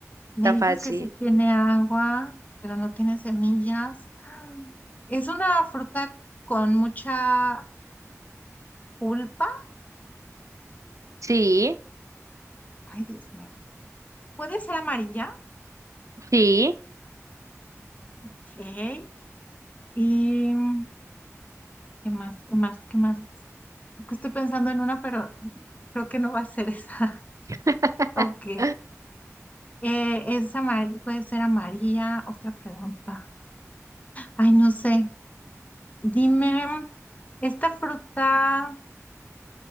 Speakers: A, on the left (about 30°); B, on the right (about 75°).
A: me
B: Está
A: dices
B: fácil.
A: que sí tiene agua, pero no tiene semillas. Es una fruta con mucha pulpa.
B: Sí,
A: Ay, Dios mío. Puede ser amarilla.
B: sí.
A: Ok. ¿Y mm, qué más? ¿Qué más? ¿Qué más? Es que Estoy pensando en una, pero creo que no va a ser esa. <laughs>
B: <laughs>
A: Ok. Eh, es amar- puede ser amarilla. Otra pregunta. Ay, no sé. Dime, esta fruta.